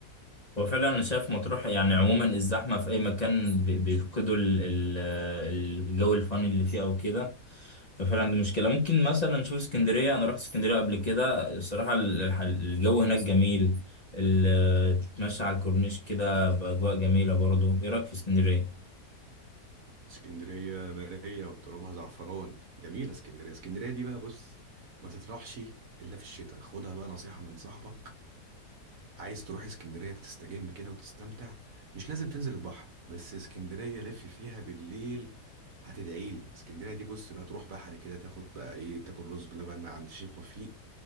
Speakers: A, on the left; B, on the right.
A: هو فعلا انا شايف مطروح يعني عموما الزحمه في اي مكان بي- بيفقدوا ال- ال- الجو الفاني اللي فيه او كده ففعلا دي مشكله ممكن مثلا نشوف اسكندريه انا رحت اسكندريه قبل كده الصراحه ال- الح- الجو هناك جميل ال- تتمشى على الكورنيش كده باجواء جميله برضه ايه رايك في اسكندريه
B: اسكندريه مرايه وترابها زعفران جميله اسكندريه اسكندريه دي بقى بص ما تطرحش الا في الشتاء خدها بقى نصيحه من صاحبك عايز تروح اسكندرية تستجم كده وتستمتع مش لازم تنزل البحر بس اسكندرية لف فيها بالليل هتدعي لي اسكندرية دي بص بقى تروح بحري كده تاخد بقى ايه تاكل رز بلبن من عند الشيخ وفيق